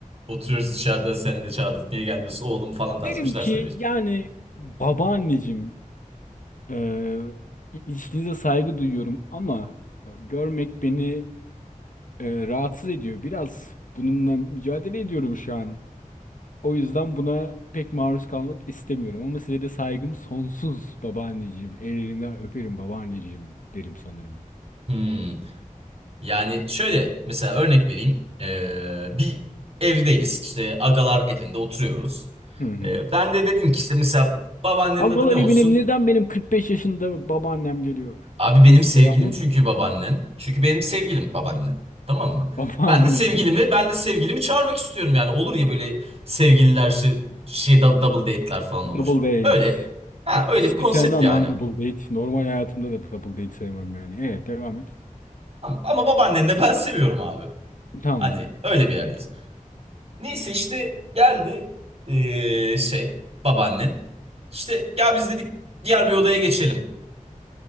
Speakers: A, on the right; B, on the left.
A: oturuyoruz dışarıda seni de çağırdık niye gelmiyorsun oğlum falan tarzı
B: Derim
A: bir şeyler
B: ki
A: söylüyor işte.
B: yani babaanneciğim e, ilişkinize saygı duyuyorum ama e, görmek beni e, rahatsız ediyor. Biraz bununla mücadele ediyorum şu an. O yüzden buna pek maruz kalmak istemiyorum ama size de saygım sonsuz babaanneciğim. Ellerinden öperim babaanneciğim derim sanırım.
A: Hmm. Yani şöyle mesela örnek vereyim. Ee, bir evdeyiz işte agalar evinde oturuyoruz.
B: Hı hı.
A: Ee, ben de dedim ki işte mesela babaannenin
B: Agalar
A: adı ne olsun?
B: evine neden benim 45 yaşında babaannem geliyor?
A: Abi benim
B: Neyse
A: sevgilim
B: devam edin.
A: çünkü babaannen. Çünkü benim sevgilim babaannen. Tamam mı?
B: <laughs> Babaanne
A: Ben de sevgilimi,
B: bir
A: ben de sevgilimi çağırmak istiyorum yani. Olur ya böyle sevgililer şey, şey dou- double date'ler falan
B: double
A: olur.
B: date.
A: Öyle. Ha öyle
B: Hiç
A: bir konsept
B: de sevmem
A: yani.
B: lan double date. Normal hayatımda da double date sevmem yani. Evet devam et.
A: Ama, ama babaannen de ben seviyorum abi.
B: Tamam.
A: Hani öyle bir yerdeyiz. Neyse işte geldi ee, şey babaannen. İşte ya biz dedik diğer bir odaya geçelim.